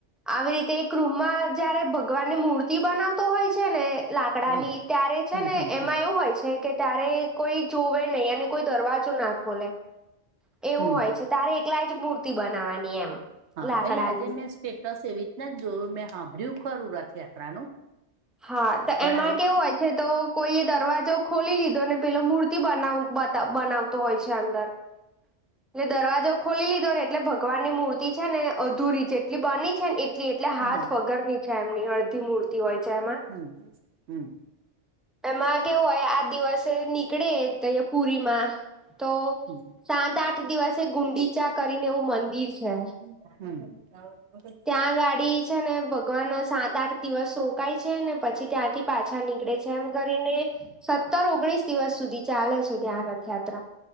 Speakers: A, in the centre; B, on the right.
A: આવી રીતે એક રૂમમાં જયારે ભગવાનની મૂર્તિ બનાવતો હોય છે ને લાકડાની
B: હા
A: ત્યારે છે
B: હમ
A: ને
B: હમ
A: એમાં
B: હમ
A: એવું હોય છે કે ત્યારે કોઈ જોવે એને કોઈ દરવાજો ના ખોલે એવું
B: હમ
A: હોય જે તારે એકલાયે જ મૂર્તિ બનાવાની એમ
B: હા
A: લાકડાની
B: એટલે આજે મેં સ્ટેટસ એવી રીતના જોયું મેં સાાભર્યું ખરું રથયાત્રાનું
A: હા તો
B: પણ
A: એમાં
B: આવી
A: કેવું હોય છે તો કોઈ એ દરવાજો ખોલી લીધો ને પેલો મૂર્તિ બનાવ બતા બનાવતો હોય છે અંદર એટલે દરવાજો ખોલી લીધો ને એટલે ભગવાનની મૂર્તિ છે ને અધૂરી જેટલી બની છે ને એ ટલી એટલે
B: હા
A: હાથ વગર ની છે એમની અડધી મૂર્તિ હોય છે એમાં
B: હમ હમ
A: એમાં કેવું હોય આ દિવસે નીકળે પુરીમાં તો
B: હમ
A: સાત આઠ દિવસે ગુંડીચા કરીને એવું મંદિર છે
B: હમ
A: ત્યાં ગાડી છે ને ભગવાન સાત આઠ દિવસ રોકાય છે ને પછી ત્યાંથી પાછા નીકળે છે એમ કરીને સત્તર ઓગણીસ દિવસ સુધી ચાલે છે ત્યાં રથયાત્રા